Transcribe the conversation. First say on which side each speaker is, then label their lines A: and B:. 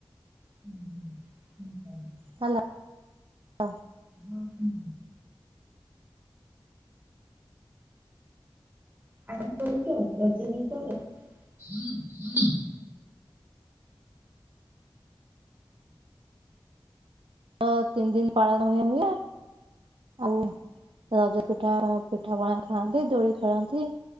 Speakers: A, on the right; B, on the right.
A: <inaudible>
B: ହ୍ୟାଲୋ ହ
A: ହଁ କୁହ। <unintelligible>
B: ଅ ତିନି ଦିିନି ପାଳନ ହ ହୁଏ। ଆଉ ରଜ ପିଠା ପିଠା ପଣା ଖାଆନ୍ତି ଦୋଳି ଖେଳନ୍ତି।